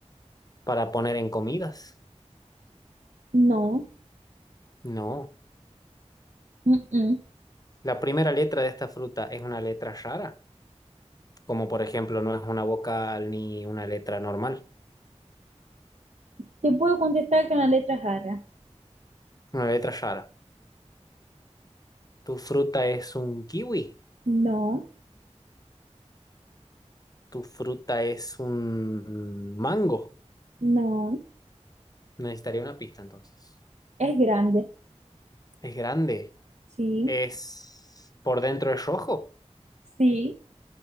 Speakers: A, on the left; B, on the right.
A: para poner en comidas?
B: no,
A: No.
B: mm, mm.
A: La primera letra de esta fruta es una letra rara, como por ejemplo no es una vocal ni una letra normal,
B: Te puedo contestar con la letra jarra.
A: una letra rara. Tu fruta es un kiwi,
B: No,
A: tu fruta es un mango.
B: no,
A: Necesitaría una pista entonces.
B: es grande.
A: Es grande,
B: Sí,
A: es por dentro es rojo.
B: sí,